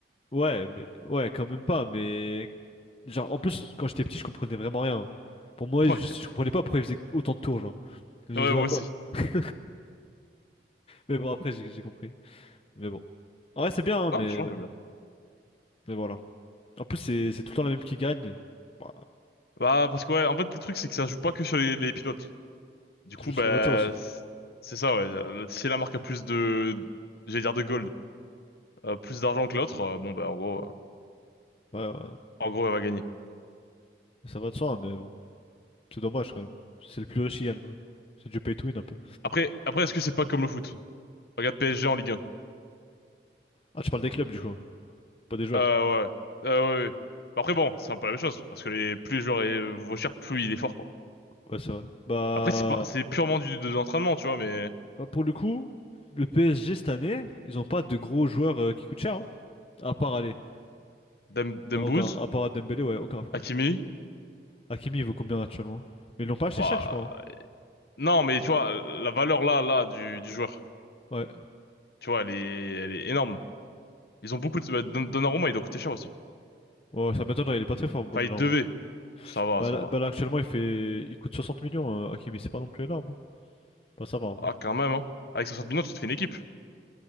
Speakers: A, on the left; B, on the left.
A: Ouais, mais... Ouais, quand même pas, mais... Genre, en plus, quand j'étais petit, je comprenais vraiment rien. Pour moi,
B: <laughs>
A: juste, je comprenais pas pourquoi ils faisaient autant de tours, genre. J'ai
B: Ouais, ouais,
A: joué
B: moi
A: à quoi,
B: aussi.
A: là? <laughs> Mais bon, après, j'ai j'ai compris. Mais bon. En vrai, c'est bien, hein,
B: Non,
A: mais...
B: franchement, j'aime bien.
A: Mais voilà. En plus, c'est c'est tout le temps la même qui gagne. Bah,
B: Bah, parce que ouais, en fait, le truc, c'est que ça joue pas que sur les, les pilotes. Du coup,
A: je me souviens
B: bah,
A: de la voiture aussi.
B: c'est c'est ça, ouais. Euh, Si la marque a plus de, j'allais dire de gold, euh, plus d'argent que l'autre, euh, bon, bah, en gros, euh,
A: Ouais, ouais.
B: en gros, elle va gagner.
A: Ça va de soi, mais bon. C'est dommage quand même. C'est le plus riche qui gagne, quoi. C'est du pay to win un peu.
B: Après, après, est-ce que c'est pas comme le foot? Regarde PSG en Ligue
A: Ah, tu parles des clubs du coup, pas des joueurs.
B: Euh, ouais. Euh, ouais, ouais. Mais Après, bon, c'est un peu la même chose, parce que les, plus le joueur est- vaut cher, plus il est fort, quoi.
A: Ouais, c'est vrai. Bah,
B: Après, c'est pas, c'est purement du, de l'entraînement, tu vois, mais
A: bah, pour le coup, le PSG cette année, ils ont pas de gros joueurs euh, qui coûtent cher, hein. À part aller.
B: Dem- Dembouz,
A: Non, aucun. À part Dembélé, ouais, aucun frère.
B: Hakimi,
A: Hakimi, il vaut combien actuellement? Mais ils l'ont pas acheté
B: bah,
A: cher, je crois. hein.
B: non, mais tu vois, la valeur là, là, du, du joueur,
A: Ouais.
B: tu vois, elle est, elle est énorme. Ils ont beaucoup de, bah, Don- Donnarumma, il doit coûter cher aussi.
A: Ouais, ouais, ça m'étonnerait, il est pas très fort, bon,
B: Enfin,
A: normalement.
B: il devait. Ça va,
A: Bah
B: ça
A: là,
B: va.
A: bah, là, actuellement, il fait. Il coûte 60 millions, euh, Hakimi, c'est pas non plus énorme. hein. Bah, ça va. ouais.
B: Ah, quand même, hein. Avec 60 millions, tu te fais une équipe,